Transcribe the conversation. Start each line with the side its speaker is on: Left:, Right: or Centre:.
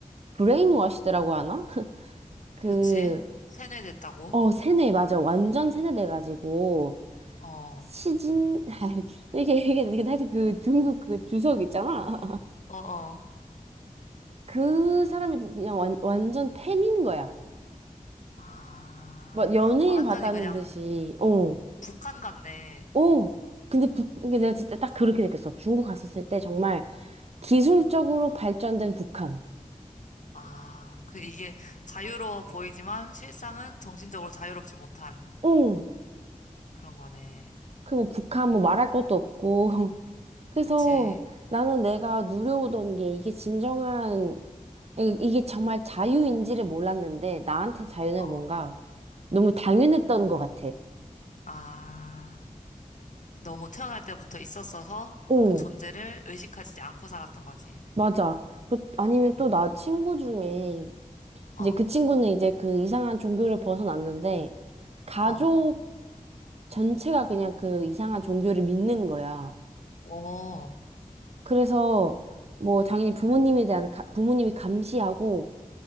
Right: 브레인워시드라고 하나? <laughs> 그,
Left: 그치? 세뇌됐다고?
Right: 어, 세뇌, 맞아. 완전 세뇌돼가지고,
Left: 어, 어,
Right: 시진, <laughs> 이렇게, 이게, 이게 하여튼 그 중국 그 주석 있잖아.
Left: 어.
Right: 그 사람이 그냥 완, 완전 팬인 거야.
Left: 아,
Right: 막 연예인
Left: 완전히
Right: 봤다는
Left: 그냥
Right: 듯이, 어,
Left: 북한 같네.
Right: 어. 근데 북, 이게 내가 진짜 딱 그렇게 느꼈어. 중국 갔었을 때 정말 기술적으로
Left: 어,
Right: 발전된 북한.
Left: 아, 그 이게 자유로워 보이지만 실상은 정신적으로 자유롭지 못한
Right: 응.
Left: 그런 거네.
Right: 그 뭐 북한 뭐 말할 것도 없고. <laughs> 그래서
Left: 그치?
Right: 나는 내가 누려오던 게 이게 진정한, 이- 이게 정말 자유인지를 몰랐는데 나한테 자유는
Left: 어,
Right: 뭔가 너무 당연했던 것 같아.
Left: 아. 너무 태어날 때부터 있었어서
Right: 어,
Left: 그 존재를 의식하지 않고 살았던 거지.
Right: 맞아. 그- 아니면
Left: 음.
Right: 또 나 친구 중에
Left: 어,
Right: 이제 그 친구는 이제 그 이상한 종교를 벗어났는데, 가족
Left: 어,
Right: 전체가 그냥 그 이상한 종교를 믿는 거야.
Left: 어, 어,
Right: 그래서, 뭐, 당연히 부모님에 대한, 가- 부모님이 감시하고,